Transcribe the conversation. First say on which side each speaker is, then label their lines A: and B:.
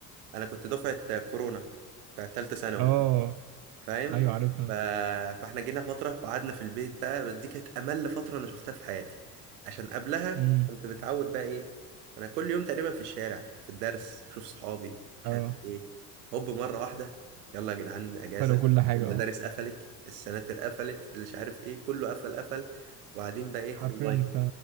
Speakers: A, on the right; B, on the right.
A: انا كنت دفعة كورونا بتاعت تالتة ثانوي
B: أه
A: فاهم
B: أيوه عارفها
A: ف... فاحنا جينا فترة وقعدنا في البيت بقى بس دي كانت أمل فترة أنا شفتها في حياتي عشان قبلها
B: أمم
A: كنت متعود بقى إيه أنا كل يوم تقريبا في الشارع في الدرس بشوف صحابي مش
B: أه
A: عارف إيه هوب مرة واحدة يلا يا جدعان أجازة
B: فلو كل حاجة
A: المدارس
B: أه
A: قفلت السناتر قفلت اللي مش عارف إيه كله قفل قفل وقاعدين بقى إيه
B: حرفيا
A: أونلاين
B: ف